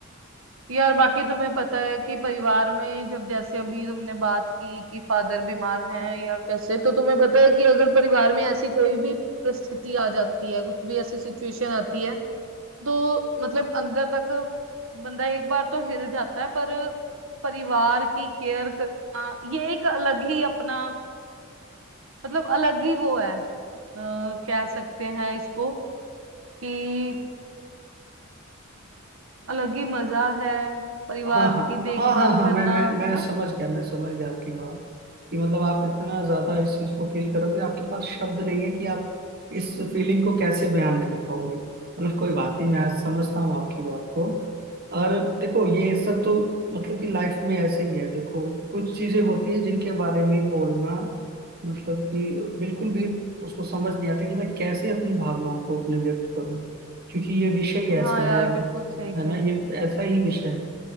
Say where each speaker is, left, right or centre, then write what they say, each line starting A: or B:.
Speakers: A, on the right; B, on the right.
A: यार बाकी तुम्हें पता है कि परिवार में जब जैसे अभी तुमने बात की कि फादर बीमार हैं या कैसे तो तुम्हें पता है कि अगर परिवार में ऐसी कोई भी परिस्थिति आ जाती है कुछ भी ऐसी सिचुएशन आती है तो मतलब अंदर तक बंदा एक बार तो हिल जाता है पर परिवार की केयर करना ये एक अलग ही अपना मतलब अलग ही वो है अ, कह सकते हैं इसको कि अलग ही मजा है परिवार
B: हाँ
A: की
B: हाँ
A: देखभाल
B: हाँ हाँ हाँ
A: करना
B: मैं मैं मैं
A: है
B: समझ गया मैं समझ गया आपकी बात कि मतलब आप इतना ज्यादा इस चीज को फील करोगे आपके पास शब्द नहीं है कि आप इस
A: ना
B: फीलिंग को कैसे बयान कर पाओगे मतलब कोई बात नहीं मैं आज समझता हूँ आपकी बात को और देखो ये सब तो मतलब कि लाइफ में ऐसे ही है देखो कुछ चीजें होती हैं जिनके बारे में बोलना मतलब कि बिल्कुल भी उसको समझ नहीं आता कि मैं कैसे अपनी भावनाओं को अपने व्यक्त करूं क्योंकि ये विषय ऐसा
A: हाँ यार
B: है
A: बिल्कुल सही
B: है
A: कह
B: ना
A: रहे हैं
B: ये ऐसा ही विषय है